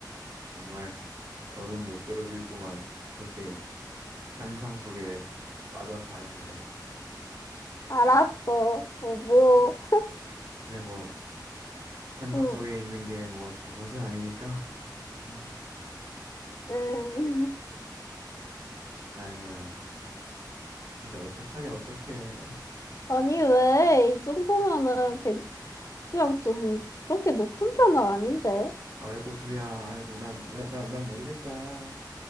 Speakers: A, on the right (about 50°); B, on the left (about 45°).
A: 정말, 더는 못 들어주겠구만. 그렇게 환상 속에 빠져 살아, 그래.
B: 알았어. 뭐, 뭐.
A: 그래, 뭐, 환상
B: 응,
A: 속에 있는 게 뭐, 잘못은 아니니까. 음,
B: 응. <laughs>
A: 아이고야. 진짜 어떡하냐, 어떡해.
B: 아니, 왜? 이 정도면은 그냥 좀 그렇게 높은 편은 아닌데.
A: 아이고, 두야, 아이고, 난, 난, 난, 난 모르겠다.